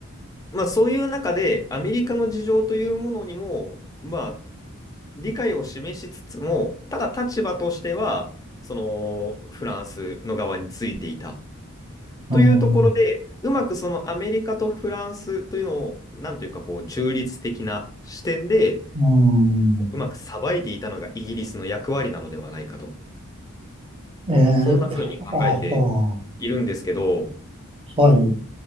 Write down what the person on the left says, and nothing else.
まあ、そういう中で、アメリカの事情というものにも、まあ、理解を示しつつも、ただ立場としては、その、フランスの側についていた。
というところで、うまくそのアメリカとフランスというのを、なんというかこう、中立的な視点で、
うまくさばいていたのがイギリスの役割なのではないかと。
そんなふうに考えて
いるんですけど、